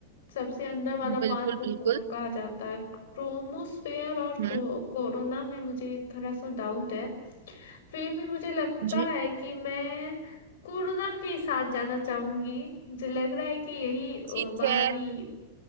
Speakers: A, on the left; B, on the right.
A: सबसे अंदर वाला
B: बिल्कुल
A: पार्ट को
B: बिल्कुल
A: कोर कहा जाता है क्रोमोस्फेयर और को,
B: हम्म
A: कोरोना में मुझे थोड़ा सा डाउट है फिर भी मुझे लगता
B: जी
A: है कि मैं कोरोना के साथ जाना चाहूंगी मुझे लग रहा है कि यही अ,
B: ठीक
A: बाहरी
B: है